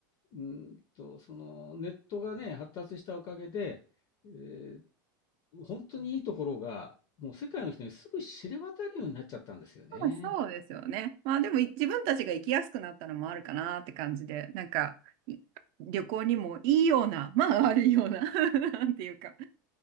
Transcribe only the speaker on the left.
うーんと、そのネットがね、発達したおかげで、えー本当にいいところがもう世界の人にすぐ知れ渡るようになっちちゃったんですよね。